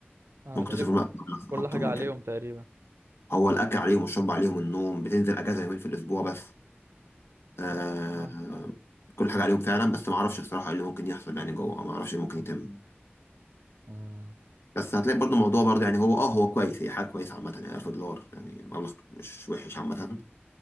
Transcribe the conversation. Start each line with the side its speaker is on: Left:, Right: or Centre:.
Right: أنا
Left: ممكن
Right: متهيألي
Left: تصرف مبلغ
Right: كل
Left: أكتر
Right: حاجة
Left: من
Right: عليهم
Left: كده
Right: تقريبا
Left: هو الأكل عليهم والشرب عليهم النوم بتنزل أجازة يومين في الأسبوع بس آه
Right: طيب معاك
Left: كل حاجة عليهم فعلا بس ما أعرفش الصراحة إيه اللي ممكن يحصل يعني جوه ما أعرفش إيه اللي ممكن يتم
Right: امم
Left: بس هتلاقي برضه الموضوع برضه يعني هو اه هو كويس هي حاجه كويسه عامه يعني 1000 دولار يعني مبلغ مش وحش عامه